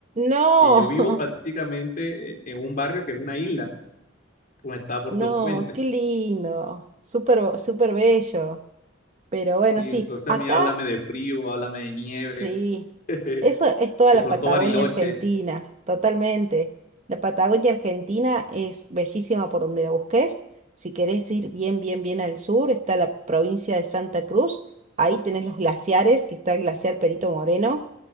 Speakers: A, on the right; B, on the left.
A: No,
B: Y yo vivo prácticamente eh, en un barrio que es una isla, conectada
A: <laughs>
B: por
A: no,
B: dos puentes.
A: qué lindo, súper, bo- súper bello. Pero bueno,
B: Sí,
A: sí,
B: entonces a
A: acá
B: mí háblame de frío, háblame de nieve,
A: Sí,
B: <laughs>
A: eso es toda
B: de
A: la
B: pronto
A: Patagonia
B: Bariloche,
A: Argentina, totalmente. La Patagonia Argentina es bellísima por donde la busques. Si querés ir bien, bien, bien al sur, está la provincia de Santa Cruz. Ahí tenés los glaciares, que está el glaciar Perito Moreno,